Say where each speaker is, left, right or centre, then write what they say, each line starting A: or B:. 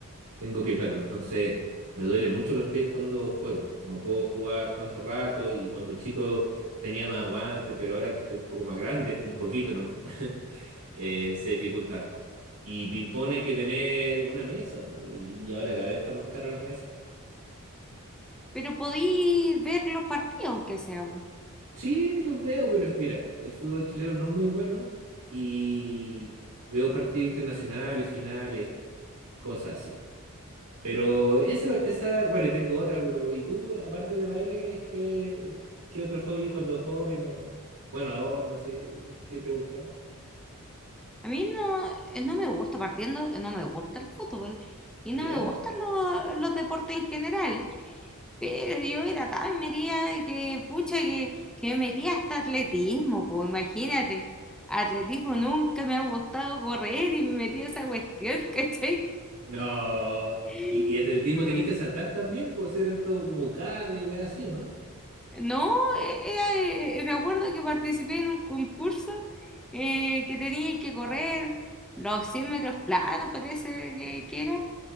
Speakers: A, on the right (about 80°); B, in the centre.
A: Tengo pie plano, entonces me duelen mucho los pies cuando juego. No puedo jugar tanto rato y cuando chico tenía más aguante, pero ahora que estoy un poco más grande, un poquito nomás, <laughs> eh, se dificulta harto. Y ping-pong hay que tener una mesa, po, y ahora cada vez están más caras las mesas.
B: Pero podí ver los partidos, aunque sea. po.
A: Sí, los veo, pero mira, el fútbol chileno no es muy bueno y veo partidos internacionales, finales. cosas así. Pero esa, esa, bueno, y tengo otra, pero ¿y tú, aparte de baile, es que, qué otro hobby cuando joven o, bueno, ahora, no sé, qué te gusta?
B: A mí no, eh, no me gusta partiendo, no me gusta el fútbol y
A: ¿Ya?
B: no me gustan los, los deportes en general. Pero yo era tan metida que, pucha, que, que me metía hasta atletismo, pues imagínate. Atletismo nunca me ha gustado correr y me metí a esa cuestión, <laughs> ¿cachai?
A: No, y,
B: Mm,
A: y atletismo tenéis que saltar también, puede ser harto como CAD y así, ¿o no?
B: No, eh, era, eh, eh, me acuerdo que participé en un concurso eh, que tenía que correr los 100 metros planos, parece que, que era,